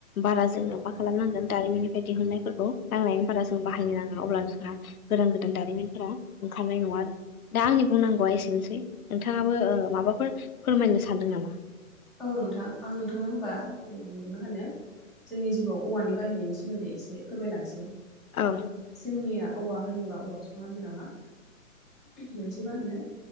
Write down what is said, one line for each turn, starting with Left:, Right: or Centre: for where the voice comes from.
Left: बारा जोंनो मा खालामनांगोन दारिमिननिफ्राय दिहुननायफोरखौ नांनायनि बारा जों बाहायनो नाङा अब्ला जोंहा गोदान गोदान दारिमिनफोरा ओंखारनाय नङा आरो दा आंनि बुंनांगौआ एसेनोसै नोंथाङाबो माबाफोर फोरमायनो सानदों नामा
Centre: औ नोंथां आं नोंथांनो होनबा मा होनो जोंनि जिउआव औवानि बाहायनायनि सोमोन्दै एसे फोरमायलांसै
Left: औ
Centre: जोंनिया औवा होनोबा औवा बिफाङा जोंना मा मोनसे मा होनो